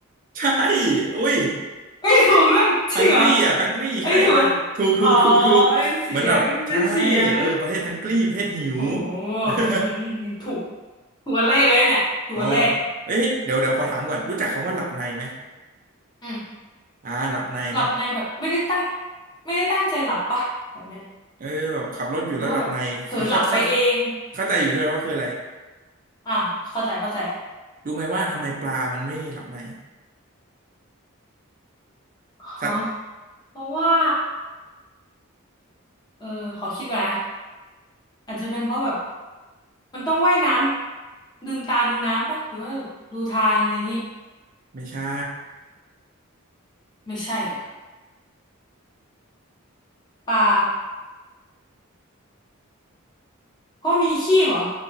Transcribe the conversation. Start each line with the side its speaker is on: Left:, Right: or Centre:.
Right: ใช่อุ้ย
Left: ไ้่ถูกด้วยจริงเหรอ
Right: ฮังกรีอ่ะฮังกรีใช่ไปะถูกถูกถูกถูกเหมือนแบบใช่
Left: อันนี้ถูกไหมอ๋อเล่นเสียงเล่นเสียง
Right: เออประเทศฮังกรีประเทศหิว
Left: โอ้
Right: <laughs>
Left: อืมถูกถูกอันแรกเลยเนี่ยถูกอันแรก
Right: อ๋อเอ้ยเดี๋ยวเดี๋ยวขอถามก่อนรู้จักคำว่าหลับในไหม
Left: อืม
Right: อ่าหลับในเนาะ
Left: หลับในแบบไม่ได้ตั้งไม่ได้ตั้งใจหลับปะแบบเนี้ย
Right: เออแบบขับรถอยู่แล้วหลับในคือเขาเขา
Left: หรือว่าแบบเผลอหลับไปเอง
Right: เข้าใจอยู่ใช่ไหมว่าคืออะไร
Left: อ่ะ เข้าใจเข้าใจ
Right: รู้ไหมว่าทำไมปลามันไม่หลับใน
Left: ฮะ
Right: สัตว์
Left: เพราะว่าเออขอคิดก่อนนะอาจจะเป็นเพราะแบบ มันต้องว่ายน้ำลืมตาดูน้ำปะหรือว่าดูทางอะไรอย่างงี้
Right: ไม่ใช่
Left: ไม่ใช่เหรอป่าเพราะมีขี้เหรอ